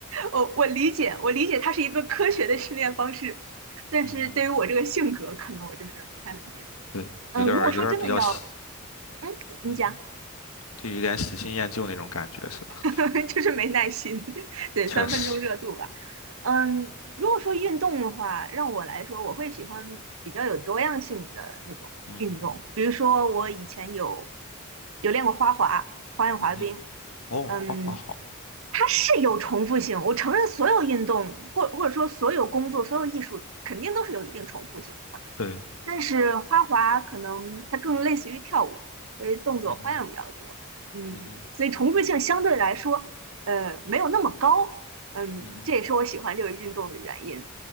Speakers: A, on the right; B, on the left.
A: 我我理解，我理解它是一个科学的训练方式，但是对于我这个性格，
B: 嗯哼。
A: 可能我就是不太能接受。
B: 对，
A: 嗯，
B: 有点儿有点儿比较喜，
A: 如果说真的要，嗯，你讲，
B: 嗯哼，就有点喜新厌旧那种感觉是吧？
A: <laughs> 就是没耐心，<laughs> 对，
B: 确实，
A: 三分钟热度吧。嗯，如果说运动的话，让我来说，我会喜欢比较有多样性的那种运动，
B: 嗯哼，
A: 比如说我以前有
B: 嗯哼，
A: 有练过花滑、花样滑冰，
B: 嗯哼哦，
A: 嗯，
B: 好好好，
A: 它是有重复性，我承认所有运动或或者说所有工作、所有艺术肯定都是有一定重复性的。
B: 对，
A: 但是花滑可能它更类似于跳舞，因为动作花样比较多，
B: 嗯哼，
A: 嗯，
B: 嗯哼，
A: 所以重复性相对来说，呃，没有那么高，嗯，
B: 嗯哼，
A: 这也是我喜欢这个运动的原因。